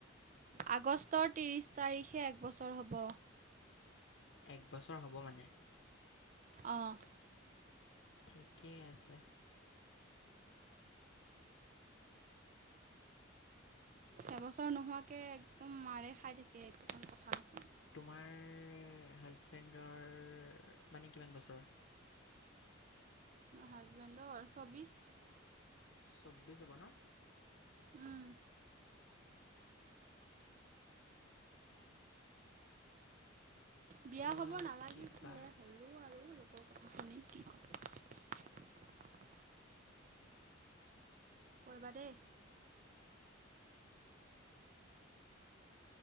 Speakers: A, on the right; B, on the left.
A: আগষ্টৰ ত্ৰিছ তাৰিখে এক বছৰ হ'ব।
B: এক বছৰ হ'ব মানে
A: অ'।
B: ঠিকেই আছে।
A: এবছৰ নোহোৱাকে একদম মাৰে খাই থাকে একদম কথা নুশুনে
B: তোমাৰ হাজবেণ্ডৰ মানে, কিমান বছৰ?
A: হাজবেন্ডৰ চৌব্বিছ।
B: চৌব্বিছ হ'ব ন'।
A: উম। বিয়া
B: কোৱা
A: হব নালাগিছিলে
B: কিবা
A: হ'লো আৰু। লোকৰ কথা শুনি কি ক'ব। পঢ়িবা দেই।